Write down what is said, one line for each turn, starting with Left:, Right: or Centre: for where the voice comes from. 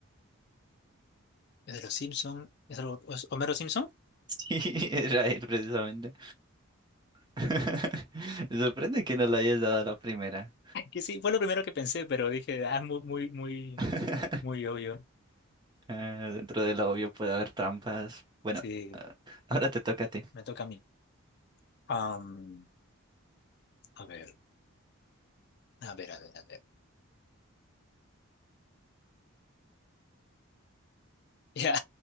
Left: Es de los Simpson. ¿Es algo- es Homero Simpson?
Right: <laughs> sí, era él precisamente. <laughs> Me sorprende que no lo hayas dado a la primera.
Left: Que sí, fue lo primero que pensé, pero dije, ah, es muy, muy, muy,
Right: <laughs>
Left: muy obvio.
Right: Ah, dentro de lo obvio puede haber trampas. Bueno,
Left: Sí,
Right: ah, ahora te toca a ti.
Left: me toca a mí. Am, a ver, a ver, a ver, a ver. <laughs> Ya,